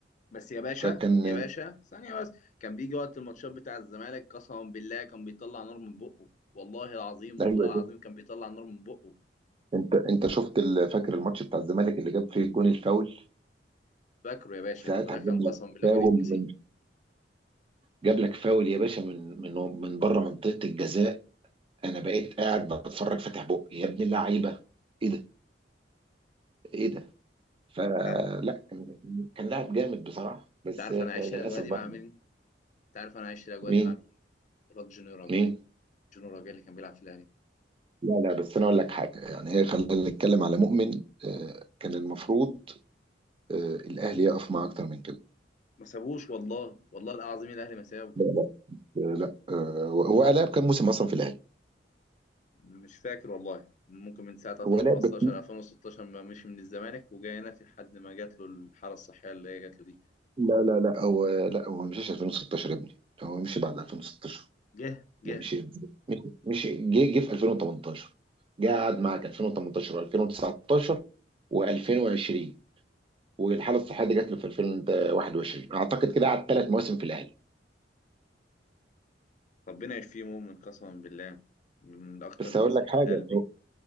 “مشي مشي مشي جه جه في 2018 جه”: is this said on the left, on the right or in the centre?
Right